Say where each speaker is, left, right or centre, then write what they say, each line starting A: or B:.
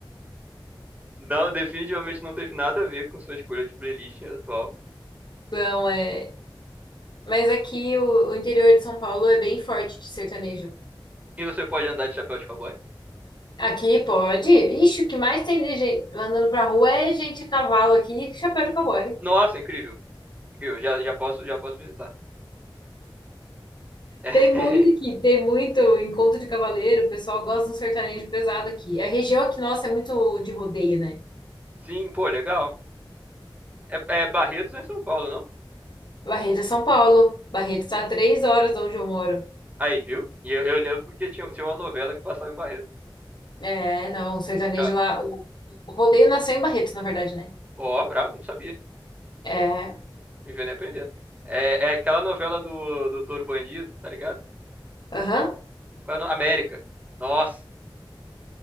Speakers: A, on the right (about 15°); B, on the left (about 55°).
A: Não, definitivamente não teve nada a ver com sua escolha de playlist atual.
B: <laughs> não é. Mas aqui o, o interior de São Paulo é bem forte de sertanejo.
A: E você pode andar de chapéu de cowboy?
B: Aqui pode. Ixi, o que mais tem de gente andando pra rua é gente a cavalo aqui, chapéu de cowboy.
A: Nossa, incrível. Incrível. Já, já posso, já posso visitar. <laughs>
B: Tem muito aqui,
A: É,
B: tem muito encontro de cavaleiro. O pessoal gosta de um sertanejo pesado aqui. A região aqui, nossa, é muito de rodeio, né?
A: Sim, pô, legal. É, é Barretos em São Paulo, não?
B: Barreto é São Paulo. Barreto está a três horas de onde eu moro.
A: Aí, viu? E eu, eu lembro porque tinha, tinha uma novela que passava em Barretos.
B: É, não, o sertanejo
A: Ca-
B: lá. O, o rodeio nasceu em Barretos, na verdade, né?
A: Ó, bravo, não sabia.
B: É.
A: Vivendo e aprendendo. É, é aquela novela do Doutor Bandido, tá ligado?
B: Aham.
A: Qual é o nome? América. Nossa,